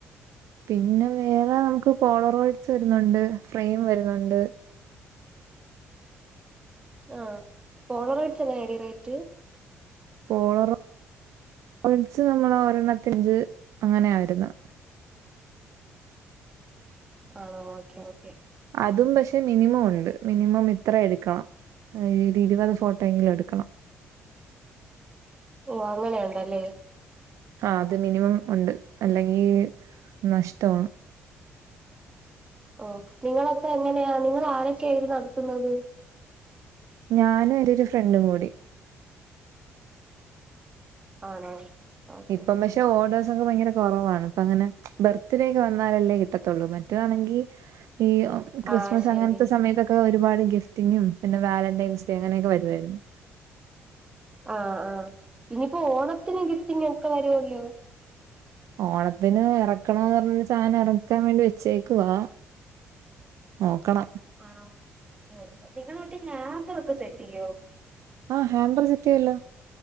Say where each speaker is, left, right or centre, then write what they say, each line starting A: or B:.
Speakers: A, on the right; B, on the right.
A: പിന്നെ വേറെ നമുക്ക് പോളറോയിഡ്സ് വരുന്നുണ്ട് ഫ്രെയിം വരുന്നുണ്ട്
B: ആ പോളോറോറ്റ്സ് എങ്ങനെയാടി റേറ്റ്
A: പോളോറൊ <unintelligible> റ്റ്സ് നമ്മള ഒരെണ്ണത്തിഞ്ച് അങ്ങനെയാ വരുന്നത്
B: ആണോ ഓക്കെ ഓക്കെ
A: അതും പക്ഷെ മിനിമം ഉണ്ട് മിനിമം ഇത്ര എടുക്കണം ഒരു ഇരുപത് ഫോട്ടോയെങ്കിലും എടുക്കണം
B: ഓ അങ്ങനെ ഉണ്ടല്ലേ
A: ആ അത് മിനിമം ഉണ്ട് അല്ലെങ്കി നഷ്ടവാണ്
B: ഓ നിങ്ങളപ്പൊ എങ്ങനെയാ നിങ്ങൾ ആരാക്കെയാ ഇത് നടത്തുന്നത്
A: ഞാനും ഒരു ഒരു ഫ്രണ്ടും കൂടി
B: ആണോ ഓക്കെ
A: ഇപ്പം പക്ഷെ ഓർഡേഴ്സ ഒക്കെ ഭയങ്കര കുറവാണ് ഇപ്പൊ അങ്ങനെ ബർത്ത്ഡേ ഒക്കെ വന്നാലല്ലേ കിട്ടത്തൊള്ളൂ മറ്റതാണെങ്കി ഈ ഓ ക്രിസ്മസ്
B: ആഹ് ശരി
A: അങ്ങനത്തെ സമയത്തൊക്കെ ഒരുപാട് ഗിഫ്റ്റിങ്ങും പിന്നെ വാലന്റൈൻസ്ഡേ അങ്ങനെയൊക്കെ വരുവായിരുന്നു
B: ആഹ് ആ പിന്നിപ്പോ ഓണത്തിന് ഗിഫ്റ്റിങ്ങ് ഒക്കെ വരുവല്ലോ
A: ഓണത്തിന് ഇറക്കണമെന്നു പറഞ്ഞ സാധനം ഇറക്കാൻ വേണ്ടി വെച്ചേക്കുവാ നോക്കണം
B: ആണോ ഓ നിങ്ങള് മറ്റേ ഹാമ്പറോക്കെ സെറ്റ് ചെയ്യോ
A: ആഹ് ഹാമ്പർ സെറ്റ് ചെയ്യുവല്ലേ